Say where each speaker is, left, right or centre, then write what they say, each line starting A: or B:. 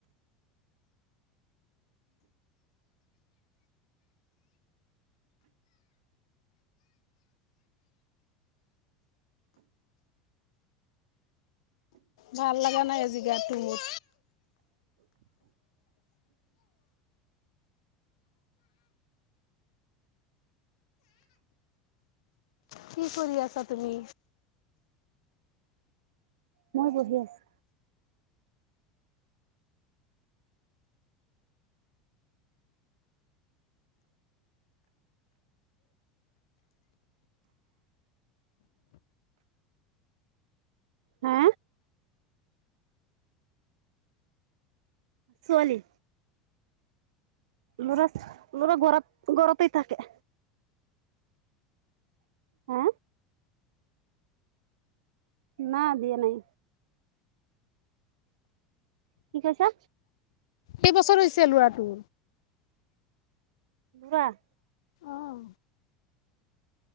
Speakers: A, on the left; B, on the right.
A: ভাল লগা নাই আজি গাটো মোৰ কি কৰি আছা তুমি
B: মই বহি আছো হা ছোৱালী ল'ৰা ল'ৰা ঘৰত ঘৰতেই থাকে হা না দিয়া নাই কি কৈছা
A: কেইবছৰ হৈছে লৰাটো
B: ৱাহ
A: অঁ